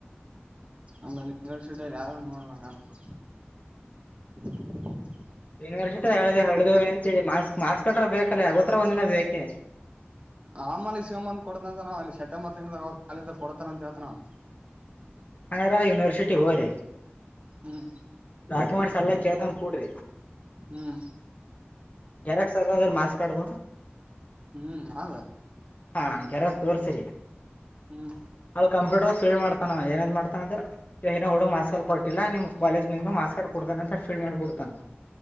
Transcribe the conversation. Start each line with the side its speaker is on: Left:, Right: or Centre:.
Right: ಅಲ್ಲಟ ಯಾರ ನೋಡುವಂಗನ್ಪ <unintelligible>
Left: ಯೂನಿವರ್ಸಿಟಿ ಹೊಡೆದೆವು ಅಂತ ಹೇಳ್ತಿವಿ ಮಾರ್ಕ್ಸ್ ಕಾರ್ಡ್ ಬೇಕಲ್ಲ ಯಾವತ್ತೊಂದಿನ ಬೇಕೇ.
Right: ಆಮೇಲೆ ಇಸ್ಕೊಂಡು ಬಂದು ಕೊಡ್ತನಿ ಅಂತ ನಾವ್ ಅಲ್ಲಿ ಸೆಪ್ಟೆಂಬರ್ ತಿಂಗಳಗ ಅವ್ರು ಕಾಲೇಜ್ ನಲ್ಲಿ ಕೊಡ್ತಾರ ಅಂತ ಹೇಳ್ತನ ಅವ.
Left: ಹಂಗಾರ ಯೂನಿವರ್ಸಿಟಿ ಹೋಗ್ರಿ
Right: ಹ್ಮ್
Left: ಡಾಕ್ಯುಮೆಂಟ್ಸ್ ಎಲ್ಲಾ ಕೇಳ್ತನ್ ಕೋಡ್ರಿ.
Right: ಹ್ಮ್.
Left: ಜೆರಾಕ್ಸ್ ಅದವ ಮಾರ್ಕ್ ಕಾರ್ಡ್ದು.
Right: ಹ್ಮ್ ಅದ
Left: ಹಾ ಜೆರಾಕ್ಸ್ ತೋರ್ಸಿರಿ.
Right: ಹ್ಮ್
Left: ಅಲ್ಲಿ ಕಂಪ್ಯೂಟರ್ ಫೀಲ್ಡ್ ಮಾಡತಾನ ಏನಾದ್ ಮಾಡತಾನ ಅಂದ್ರೆ ಅಲಾ ಏನೋ ಬಿಡು ಮಾರ್ಕ್ಸ್ ಕಾರ್ಡ್ ಕೊಟ್ಟಿಲ್ಲ ನಿಮ್ ಕಾಲೇಜ್ ಇಂದ ಮಾ. ಮಾರ್ಕ್ಸ್ ಕಾರ್ಡ್ ಕೊಡ್ತಾನ ಅಂತ ಫೀಲ್ಡ್ ಮಾಡಕೊಡ್ತಾನ.